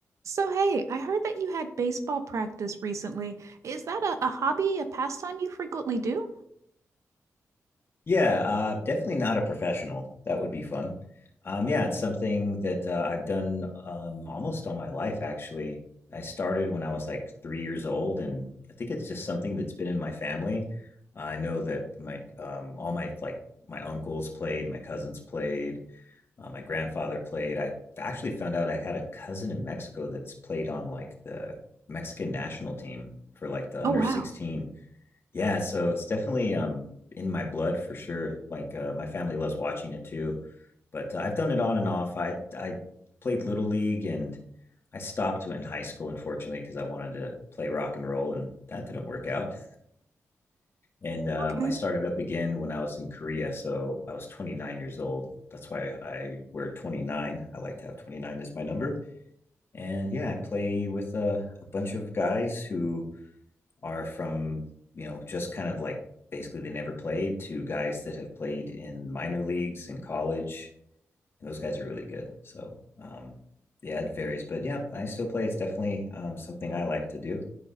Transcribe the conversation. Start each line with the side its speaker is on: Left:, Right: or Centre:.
Right: So, hey, I heard that you had baseball practice recently. Is that a, a hobby, a pastime you frequently do?
Left: Yeah, uh, definitely not a professional. That would be fun. Um, yeah, it's something that uh, I've done um, almost all my life, actually. I started when I was like three years old, and I think it's just something that's been in my family. I know that my um, all my like my uncles played, my cousins played, uh, my grandfather played. I actually found out I had a cousin in Mexico that's played on like the Mexican national team for like the under
Right: Oh, wow.
Left: 16. Yeah, so it's definitely um in my blood for sure. Like uh, my family loves watching it too, but uh, I've done it on and off. I I played little league and I stopped in high school unfortunately because I wanted to play rock and roll and that didn't work out and um,
Right: Okay.
Left: I started up again when I was in Korea. So I was 29 years old. That's why I wear 29. I like to have 29 as my number. And yeah, I play with a, a bunch of guys who are from, you know, just kind of like basically they never played to guys that have played in minor leagues in college. And those guys are really good. So um, yeah, it varies. But yeah, I still play. It's definitely um, something I like to do.